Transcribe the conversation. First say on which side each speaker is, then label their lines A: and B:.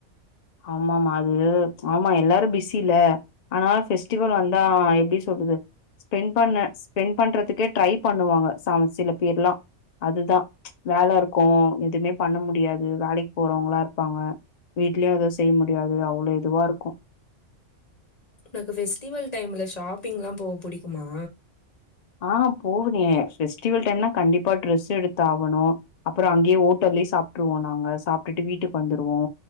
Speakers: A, on the left; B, on the left.
A: ஆமாமா அது ஆமா எல்லாரு பிஸி இல்ல ஆனால ஃபெஸ்டிவல் வந்தா எப்டி சொல்றது ஸ்பெண்ட் பண்ண ஸ்பெண்ட் பண்றதுக்கே ட்ரை பண்ணுவாங்க ச சில பேர்லா அதுதா வேல இருக்கு எதுமே பண்ண முடியாது வேலைக்கு போறவங்களா இருப்பாங்க வீட்லையு எது செய்ய முடியாது அவ்ளோ எதுவா இருக்கு
B: உனக்கு ஃபெஸ்டிவல் டைம்ல ஷாப்பிங்லா போக புடிக்குமா
A: ஆ போகுதே பெஃபஸ்டிவல் டைம்னா கண்டிப்பா ட்ரெஸ் எடுத்தாகனு அப்புறோ அங்கேயே ஓட்டல்லயே சாப்ட்ருவோ நாங்க சாப்ட்டுட்டு வீட்டுக்கு வந்துருவோ